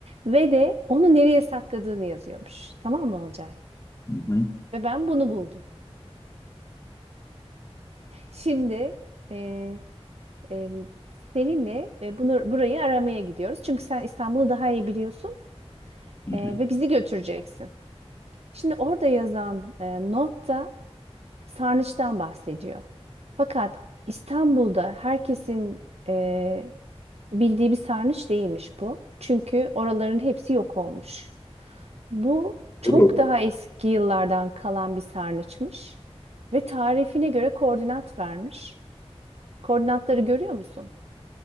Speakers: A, on the right; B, on the left.
A: ve de onu nereye sakladığını yazıyormuş. Tamam mı Olcay?
B: Hı hı.
A: Ve ben bunu buldum. Şimdi e, e, seninle e, bunu burayı aramaya gidiyoruz. Çünkü sen İstanbul'u daha iyi biliyorsun
B: Hı
A: e,
B: hı.
A: ve bizi götüreceksin. Şimdi orada yazan e, notta sarnıçtan bahsediyor. Fakat İstanbul'da herkesin e, bildiği bir sarnıç değilmiş bu. Çünkü oraların hepsi yok olmuş. Bu çok
B: Doğru.
A: daha eski yıllardan kalan bir sarnıçmış ve tarifine göre koordinat vermiş. Koordinatları görüyor musun?